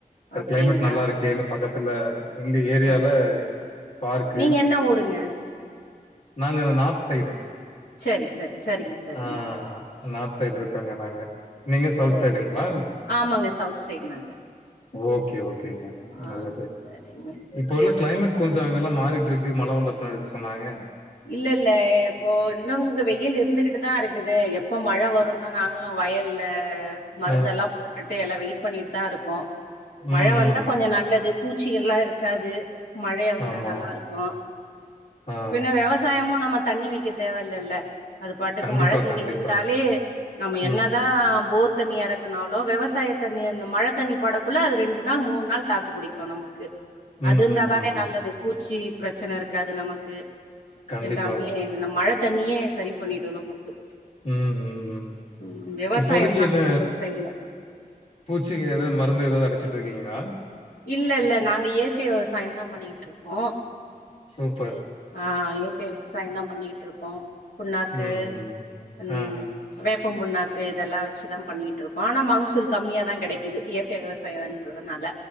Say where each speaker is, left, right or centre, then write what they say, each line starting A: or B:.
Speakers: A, on the left; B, on the left.
A: சர்
B: அப்டிங்களா
A: கிளைமேட் நல்லா இருக்கேன்னு பக்கத்துல எங்க ஏரியால
B: ஆ
A: பார்க்கு
B: நீங்க என்ன ஊருங்க
A: நாங்க அந்த நார்த் சைடு
B: சரி சரி சரிங்க சரிங்க
A: ஆ நார்த் சைடு இருக்காங்க நாங்க நீங்க சவுட்
B: சரி
A: சைடுங்ளால்
B: ஆமாங்க சவுத் சைட் நாங்க
A: ஓகே ஓகேங்க
B: ஆ
A: நல்லது
B: சரிங்க
A: இப்ப உள்ள கிளைமேட் கொஞ்சோ அங்கலாம் மாரிட்ருக்கு மழ வந்த அப்னா இருக்குன் சொன்னாங்க
B: இல்ல இல்ல இப்போ இன்னொங்க வெயில் இருந்துகிட்டுதா இருக்குது எப்ப மழ வருன் னா நாங்குளு வயல்ல அ மருந்தெல்லாம்
A: ஆ
B: போட்டுட்டு எல்லா வெயிட் பண்ணிட்தா இருக்கோ மழ
A: ம்,
B: வந்தா
A: ம்.
B: கொஞ்ச நல்லதுப் பூச்சிகள்லா இருக்காது மழைய வந்தா
A: ஆமா.
B: நல்லாருக்கு
A: ஆ
B: பின்ன வெவசாயமு நம்மத் தண்ணி வெக்கத் தேவ இல்லல்ல அது பாட்டுக்கு
A: கண்டிப்பா,
B: மழத் தண்ணி
A: கண்டிப்பா.
B: இருந்தாலே நம்ம
A: ம்
B: என்னதா போர் தண்ணி எறக்கனாலு வெவசாயத் தண்ணி அந்த மழத் தண்ணி படக் குள்ள அது ரெண்டு நாள் மூன் நாள் தாக்கு புடிக்கு நமக்கு
A: ம்
B: அது இந்தாதானே
A: ம் ம் ம்
B: நல்லதுப் பூச்சி பிரச்சன இருக்காது நமக்கு
A: கண்டிப்பா
B: எல்லாமே அந்த மழ தண்ணியே செரி பண்ணிடு நமக்கு
A: ம் ம் ம்
B: ம் விவசாயந்தா
A: இப்போதைக்கு என்ன
B: எங்க ஊர் சைட்ல
A: பூச்சிக்கு எது மருந்து எதாவ்து அடிச்சிட்டு இருக்கீங்களா
B: இல்ல இல்ல நாங்க இயற்கை விவசாயந்தா பண்ணிகிட்ருக்கோ
A: சூப்பர்
B: ஆ இயற்கை விவசாயந்தா பண்ணிக்கிட்டுருக்கோ புண்ணாக்கு
A: ம் ம்
B: ம்
A: ஆ
B: வேப்பம் முண்ணாக்கு இதெல்லா வெச்சுதா பண்ணிட்டு இருக்கோ ஆனா மகசூல் கம்மிய தா கெடைக்குது இயற்கை விவசா பயோன்றதுனால